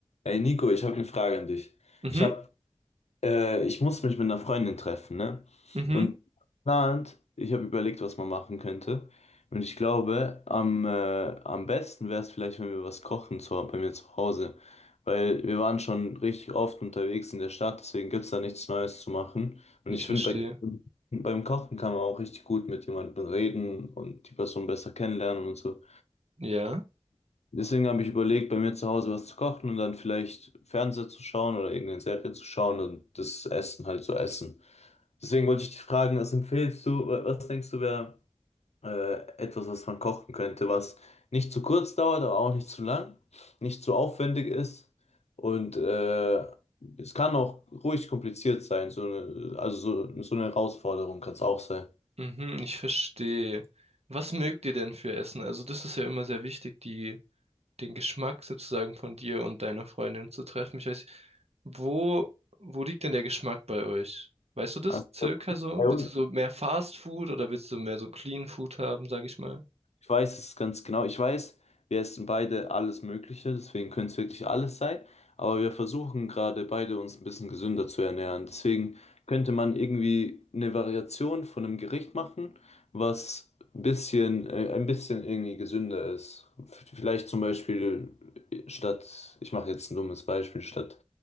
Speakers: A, on the left; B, on the right.
A: Ey Nico, ich habe eine Frage an dich.
B: Mhm,
A: Ich habe, äh, ich muss mich mit einer Freundin treffen, ne?
B: mhm,
A: Und plant, ich habe überlegt, was man machen könnte. Und ich glaube, am, äh, am besten wäre es vielleicht, wenn wir was kochen zu, bei mir zu Hause. Weil wir waren schon richtig oft unterwegs in der Stadt, deswegen gibt es da nichts Neues zu machen. Und ich
B: ich
A: finde,
B: verstehe.
A: bei, beim Kochen kann man auch richtig gut mit jemandem reden und die Person besser kennenlernen und so.
B: Ja,
A: Deswegen habe ich überlegt, bei mir zu Hause was zu kochen und dann vielleicht Fernseher zu schauen oder irgendeine Serie zu schauen und das Essen halt zu essen. Deswegen wollte ich dich fragen, was empfiehlst du, wa- was denkst du wäre äh, etwas, was man kochen könnte, was nicht zu kurz dauert, aber auch nicht zu lang, nicht zu aufwendig ist und äh, es kann auch ruhig kompliziert sein, so eine, also so, so eine Herausforderung kann es auch sein.
B: mhm, ich verstehe. Was mögt ihr denn für Essen? Also das ist ja immer sehr wichtig, die, den Geschmack sozusagen von dir und deiner Freundin zu treffen. Ich weiß, wo, wo liegt denn der Geschmack bei euch? Weißt du das
A: Also,
B: circa so?
A: bei uns.
B: Willst du so mehr Fast Food oder willst du mehr so Clean Food haben, sag ich mal?
A: Ich weiß es ganz genau. Ich weiß, wir essen beide alles Mögliche, deswegen könnte es wirklich alles sein. Aber wir versuchen gerade beide uns ein bisschen gesünder zu ernähren. Deswegen könnte man irgendwie eine Variation von einem Gericht machen, was ein bisschen, äh, ein bisschen irgendwie gesünder ist. F- Vielleicht zum Beispiel äh, statt, ich mache jetzt ein dummes Beispiel, statt